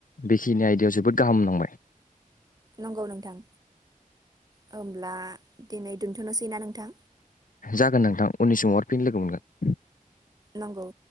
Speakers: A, on the left; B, on the right.
A: बेखिनि आयदायाव जोबोद गाहाम नांबाय <inaudible>
B: नंगौ नोंथां हमब्ला दिनै दोनथनोसैना नोंथां
A: जागोन नोंथां उननि समाव आरोफिन लोगो मोनगोन
B: नंगौ